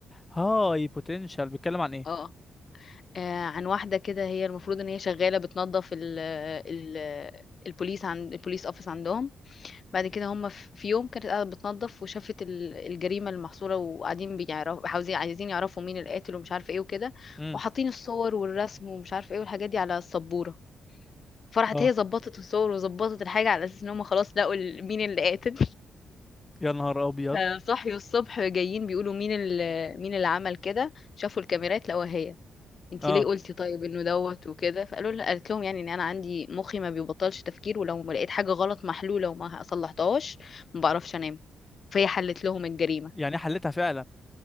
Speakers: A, on the left; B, on the left.
A: هاي بوتنشال بيتكلم عن ايه
B: اه آه، عن واحدة كده هي المفروض ان هي شغالة بتنظف ال ال البوليس عند البوليس اوفيس عندهم بعد كده هم في في يوم كانت قاعدة بتنظف وشافت ال- الجريمة المحصورة وقاعدين بيعرفوا عاوزين عايزين يعرفوا مين القاتل ومش عارفة ايه وكده
A: امم
B: وحاطين الصور والرسم ومش عارفة ايه والحاجات دي على السبورة فراحت
A: اه
B: هي ظبطت الصور وظبطت الحاجة على اساس ان هم خلاص لقوا ال- مين اللي قاتل
A: يا نهار ابيض
B: آه، صحيوا الصبح جايين بيقولوا مين اللي مين اللي عمل كده شافوا الكاميرات لقوها هي انتي
A: اه
B: ليه قلتي طيب انه دوت وكده فقالوا لها قالت لهم يعني ان انا عندي مخي ما بيبطلش تفكير ولو ما لقيت حاجه غلط محلوله وما صلحتهاش ما بعرفش انام فهي حلت لهم الجريمه
A: يعني حلتها فعلا